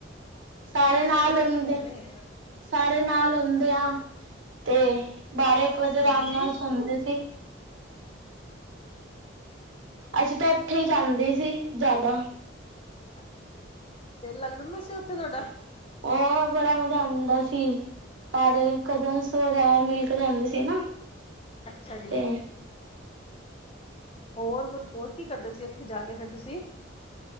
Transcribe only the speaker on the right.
ਸਾਰੇ
ਨਾਲ
ਹੁੰਦੇ
ਸਾਰੇ ਨਾਲ ਆਉਦੇ ਆ। ਤੇ ਬਾਰਾਂ ਇੱਕ ਵਜੇ
ਅਰਾਮ ਨਾਲ ਸੁਣਦੇ ਸੀ।
ਅੱਸੀਂ ਤਾਂ ਉੱਥੇ ਹੀ ਜਾਂਦੇ ਸੀ ਜ਼ਿਆਦਾ।
ਔ ਬੜਾ ਮਜ਼ਾ ਆਉਂਦਾ ਸੀ। ਸਾਰੇ ਕਜ਼ਨਸ ਵਗੈਰਾ ਮਿਲ ਕੇ ਜਾਂਦੇ ਸੀ ਨਾ।
ਤੇ